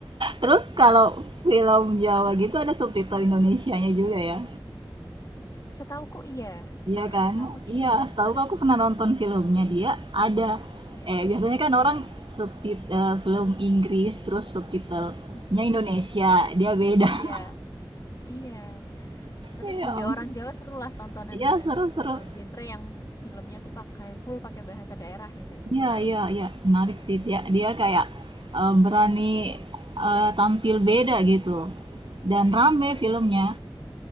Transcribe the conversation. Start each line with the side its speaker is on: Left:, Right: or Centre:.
Right: terus kalau film Jawa gitu ada subtitle Indonesianya juga ya.
Left: Setahuku iya,
Right: Iya
Left: heeh,
Right: kan?
Left: setahuku sih
Right: Iya,
Left: iya ya
Right: setahuku
Left: kemarin.
Right: aku pernah nonton filmnya dia ada
Left: Iya,
Right: eh biasanya kan orang subtitle film Inggris terus subtitlenya
Left: mhm.
Right: Indonesia dia beda.
Left: Iya,
Right: <laughs>
Left: iya. Tapi
Right: Iya,
Left: sebagai
Right: ampun.
Left: orang Jawa serulah tontonan
Right: iya
Left: dengan
Right: seru-seru.
Left: eh, genre yang filmnya tuh pakai full pakai bahasa daerah gitu. Itu
Right: Iya
Left: menarik
Right: iya
Left: sih.
Right: iya menarik sih dia
Left: Mhm.
Right: dia kayak eh, berani eh, tampil beda gitu dan rame
Left: Iya,
Right: filmnya.